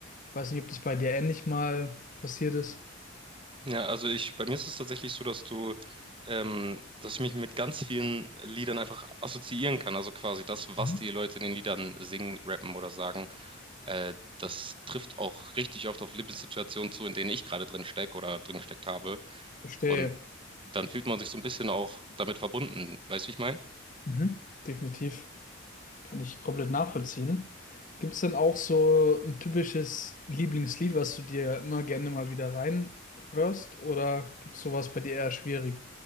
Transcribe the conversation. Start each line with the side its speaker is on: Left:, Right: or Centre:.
Left: Ich weiß nicht, ob das bei dir ähnlich mal passiert ist.
Right: Ja, also ich, bei mir ist es tatsächlich so, dass du, ähm, dass ich mich mit ganz vielen Liedern einfach assoziieren kann. Also quasi das, was
Left: Mhm.
Right: die Leute in den Liedern singen, rappen oder sagen Äh, das trifft auch richtig oft auf Lebenssituationen zu, in denen ich gerade drin stecke oder drin gesteckt habe.
Left: Verstehe.
Right: Und dann fühlt man sich so ein bisschen auch damit verbunden. Weißt du, wie ich meine?
Left: Mhm. Definitiv. Kann ich komplett nachvollziehen. Gibt es denn auch so ein typisches Lieblingslied, was du dir immer gerne mal wieder reinhörst? Oder gibt es sowas bei dir eher schwierig?